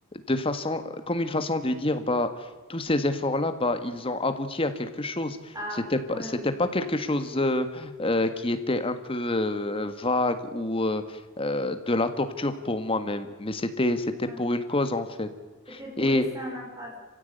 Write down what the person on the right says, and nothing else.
Ah,
ouais,
ouais, je
vois.
Ouais.
C'était pour
laisser un impact.